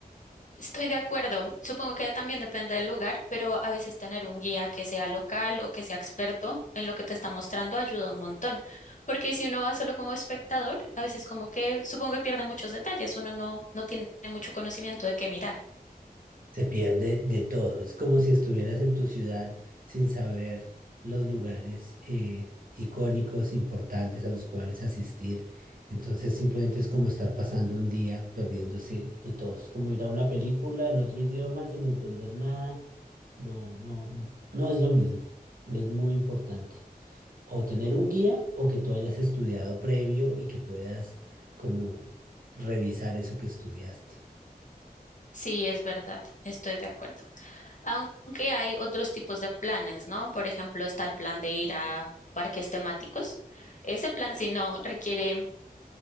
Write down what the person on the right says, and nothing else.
Se pierde de todo. Es como si estuvieras en tu ciudad sin saber los lugares eh, icónicos, importantes a los cuales asistir. Entonces simplemente es como estar pasando un día perdiéndose de todo. Es como ir a una película en otro idioma sin entender nada. No, no, no es lo mismo. Es muy importante. O tener un guía o que tú hayas estudiado previo y que puedas como revisar eso que estudiaste.